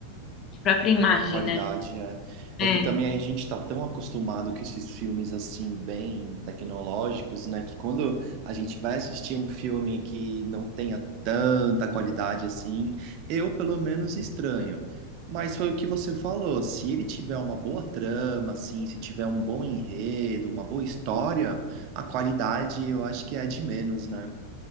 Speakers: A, on the left; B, on the right.
A: que a própria imagem,
B: A qualidade
A: né?
B: é. É
A: É,
B: que também a gente está tão acostumado com esses filmes assim, bem tecnológicos, né? Que quando a gente vai assistir um filme que não tenha tanta qualidade assim, eu pelo menos estranho. Mas foi o que você falou, se ele tiver uma boa trama, assim, se tiver um bom enredo, uma boa história, a qualidade eu acho que é a de menos, né?